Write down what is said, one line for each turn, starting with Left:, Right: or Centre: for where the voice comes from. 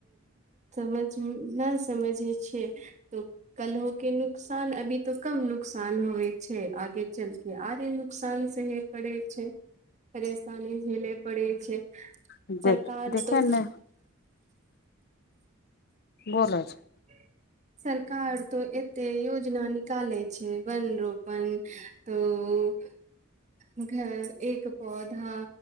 Right: समझ ना समझे छियै तो कल्हो के नुकसान अभी तो कम नुकसान होवे छै आगे चलके आरे नुकसान से हे करै छै परेशानी झेले पड़ै छै
Left: दे
Right: सरकार
Left: देखे
Right: तो
Left: ने बोल आछै
Right: जठ <unintelligible> सरकार तो एते योजना निकालै छै वन रोपण तोऽ घर एक पौधा